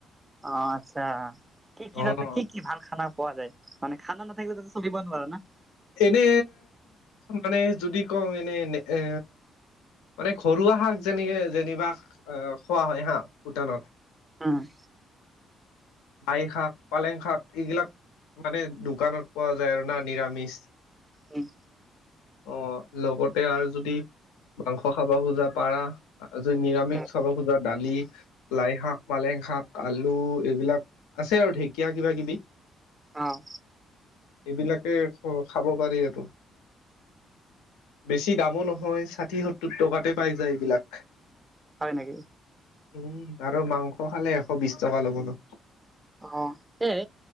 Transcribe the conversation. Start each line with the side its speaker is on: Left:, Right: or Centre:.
Right: অ আচ্ছা কি কি দাতে
Left: অ।
Right: কি কি ভাল খানা। পোৱা যায় মানে খানা নাথাকিবে ততে চলিব নোৱাৰা না।
Left: এনে মানে যদি কও এনে এ মানে ঘৰুৱা শাক যেনে যেনিবা আহ খোৱা হয় হা ভূটানত।
Right: অ',
Left: লাই শাক পালেং শাক এইবিলাক। মানে দোকানত পোৱা যায় আৰু না নিৰামিষ
Right: উম,
Left: অ লগতে আৰু যদি মাংস খাব খোজা পাৰা। আজি নিৰামিষ
Right: উম
Left: খাব খোজা। দালি লাই শাক পালেং শাক আলু এইবিলাক আছে আৰু ঢেকীয়া কিবা কিবি।
Right: অ',
Left: এইবিলাকে খাব পাৰি আৰু। বেছি দামো নহয় ষাঠিসত্তৰ টকাতে পাই যায় এইবিলাক
Right: হয় নেকি।
Left: উম আৰু মাংস খালে এশ বিশ টকা ল'ব নহ।
Right: অ, এই